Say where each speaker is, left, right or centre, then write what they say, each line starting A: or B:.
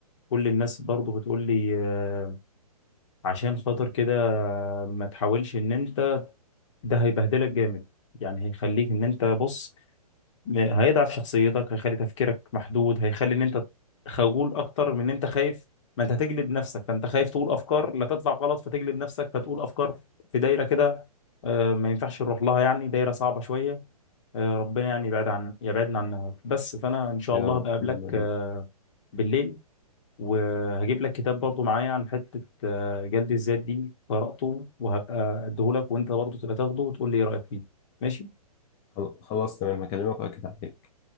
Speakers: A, on the left; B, on the left.
A: كل الناس برضو بتقول لي آه، عشان خاطر كده ما تحاولش ان انت ده هيبهدلك جامد يعني هيخليك ان انت بص م- هيضعف شخصيتك هيخلي تفكيرك محدود هيخلي ان انت خجول اكتر من ان انت خايف ما انت هتجلد نفسك فانت خايف تقول افكار لا تطلع غلط فتجلد نفسك فتقول افكار في دايره كده آه، ما ينفعش نروح لها يعني دايره صعبه شويه آه، ربنا يعني يبعد عن يبعدنا عنها بس فانا ان شاء
B: يا
A: الله
B: رب
A: بقابلك
B: اللهم امين
A: آه، بالليل وهجيب لك كتاب برضو معايا عن حته آه، جلد الذات دي قراته وهبقى اديهولك وانت برضو تبقى تاخده وتقول لي ايه رايك فيه ماشي
B: خل- خلاص تمام هكلمك واكد عليك